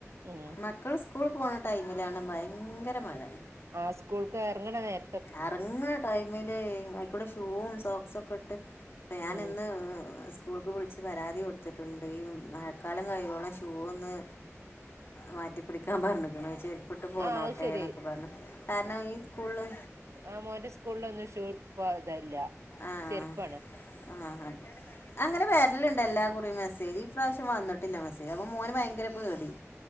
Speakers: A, on the right (about 65°); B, on the left (about 50°).
A: ഉം
B: മക്കൾ സ് സ്കൂള് പോണ ടൈമിലാണ് ഭയങ്കര മഴ
A: ആ സ്കൂൾക്ക് എർങ്ങണ നേര്
B: അറങ്ങ്ണ ടൈമില് അയിക്കൂടെ ഷൂവും സോക്സൊക്ക്ട്ട് പ്പ ഞാന്
A: ഉം
B: ഇന്ന് സ് സ്കൂൾക്ക് വിളിച്ച് പരാതി കൊടുത്തിട്ടുണ്ട് യും മഴക്കാലം കയ്യോളം ഷൂ ഒന്ന് മാറ്റിപ്പിടിക്കാൻ പർഞ്ക്ക്ണ് ചെര് പട്ട് പോന്നോട്ടെ
A: ആഹ് അത് ശരി
B: ന്നൊക്കെ പർഞ് കാരണ ഈ സ്കൂള്ള്
A: ആ മോന്റെ സ്കൂൾലൊന്നു ഷൂ ഇപ്പൊയതല്ല
B: ആഹ്
A: ചെര്പ്പാണ്
B: ആഹ് ഹ അങ്ങനെ വെരല്ണ്ട് എല്ലാ കുറിം മെസ്സേജ് ഇപ്രാവശ്യം വന്നിട്ടില്ല മെസ്സേജ് അപ്പൊ മോന് ഭയങ്കര പേടി